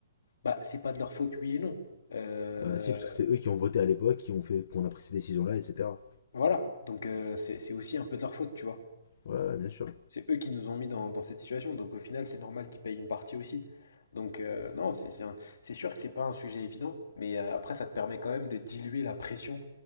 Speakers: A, on the left (about 75°); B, on the left (about 60°).
A: bah, c'est pas de leur faute, oui et non. Euh,
B: Bah si, parce que c'est eux qui ont voté à l'époque, qui ont fait qu'on a pris ces décisions-là, etc.
A: voilà. Donc, euh, c'est c'est aussi un peu de leur faute, tu vois.
B: Ouais, bien sûr.
A: C'est eux qui nous ont mis dans, dans cette situation, donc au final, c'est normal qu'ils payent une partie aussi. Donc euh, non, c'est c'est un- c'est sûr que c'est pas un sujet évident, mais euh, après, ça te permet quand même de diluer la pression.